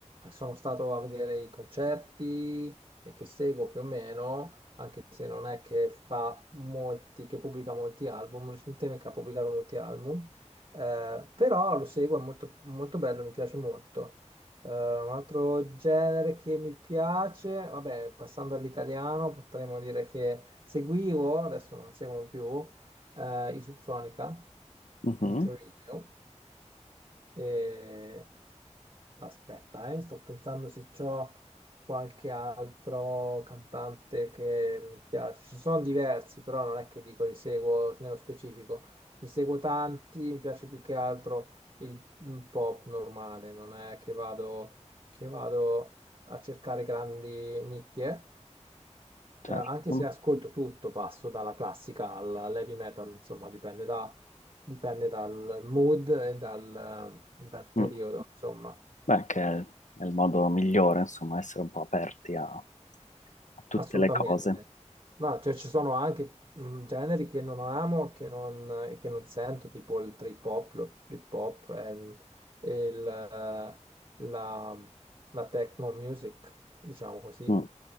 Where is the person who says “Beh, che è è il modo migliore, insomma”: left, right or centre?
Left